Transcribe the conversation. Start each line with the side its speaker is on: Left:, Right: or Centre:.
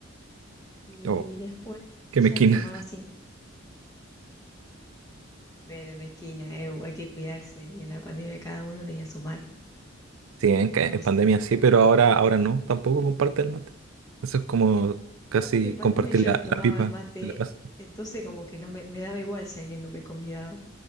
Left: Y
Right: Oh,
Left: después
Right: qué
Left: ella
Right: mezquina.
Left: lo tomaba sin de, de mezquina, eh, hay que cuidarse, y en la pandemia cada uno tenía su mate.
Right: Sí, en,
Left: Entonces,
Right: ca- en pandemia sí, pero ahora, ahora no, tampoco comparte el mate. Eso es como casi
Left: pasa que en pandemia
Right: compartir
Left: yo
Right: la,
Left: no tomaba
Right: la pipa
Left: el mate,
Right: de la paz.
Left: entonces como que no me, me daba igual si alguien no me convidaba.